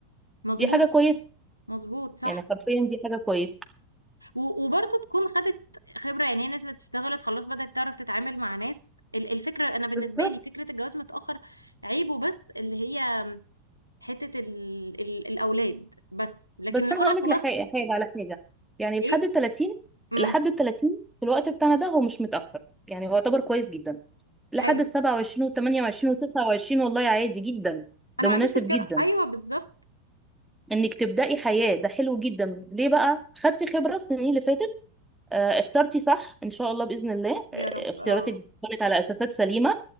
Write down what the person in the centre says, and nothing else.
دي حاجه كويسه
يعني حرفيا دي حاجه كويسه
بالظبط
بس
انا
هقول لك
لحاجه حاجه على حاجه يعني
لحد ال 30
لحد ال 30 في الوقت بتاعنا ده هو مش متاخر يعني هو يعتبر كويس جدا لحد
ال 27 وال 28 وال 29 والله عادي جدا ده
مناسب
جدا
انك تبداي حياه ده حلو جدا ليه بقى خدتي خبره السنين اللي فاتت آه، اخترتي صح ان شاء الله باذن الله
آه،
اختياراتك
كانت على اساسات سليمه